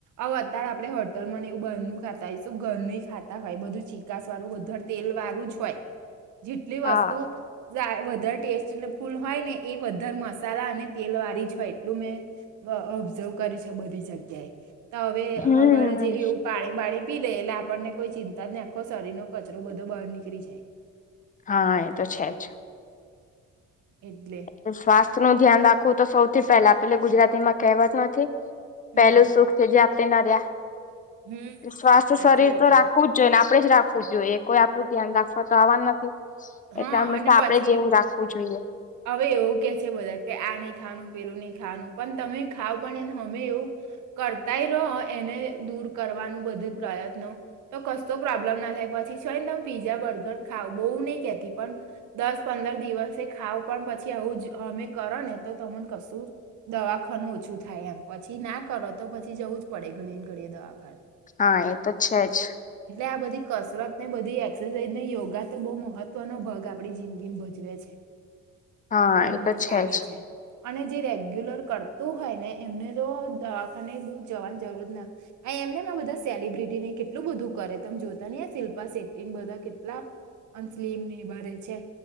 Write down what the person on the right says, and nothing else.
આવ અત્યારે આપે હોટલ મને એવું બાર નું ખાતા હોય શું ઘર ન ખાતા હોય બધું ચીકાાસ વાળું વધારે તેલ વાળું જ હોય જેટલી વસ્તુ
વધારે ટેસ્ટ ફૂલ હોય ને એ વધારે મસાલા અને તેલ વાળીજ હોય એટલું મેં ઓબ્ઝર્વ કરી છે બધી જગ્યાએ તો હવે
હમારે જે એવું પાણી બાણી પી લે એટલે આપણને કોઈ ચિંતા જ ના આખો શરીર નો કચરો બધો બહાર નીકળ જાય
એટલે
હમ
હમ
સાચી
વાત
છે
હા
અને
પછી
હવે એવું કે છે બધા કે આ નહી ખાનું પેલું નહી ખાવાનું પણ તમે ખાવ પણને અમે એવું કરતાય રહો એને દૂર કરવાનું બધું પ્રયત્નો તો કશતો પ્રોબ્લેમ ના થાય પછી પછીયને તમે પીઝા બર્ગર ખાવ બહુ નહી કેતા પણ દસ પંદર દિવસે ખાવ પણ પછી આવું જ અમે કરો ને તો તમને કશું દવાખાનું ઓછું થાય એમ પછી ના કરો તો પછી જવું જ પડે ઘડી ને ઘડી દવાખાાન
આ બધી કસરત ને બધી એક્સરસાઇઝ ને યોગા તો બહુ મહત્વનો ભાગ આપણી જિંદગીમાં ભજવે છે
એવું
મન લાગે
છે અને જે રેગ્યુલર કરતો હોય ને એમને તો દવાખાને દુર જવાની જરૂરત ના એમને બધા સેલિબ્રિટી ને કેટલું બધું કરે તમે જોતા નહી શિલ્પા શેટ્ટી બધા કેટલા અલીમની બરે છે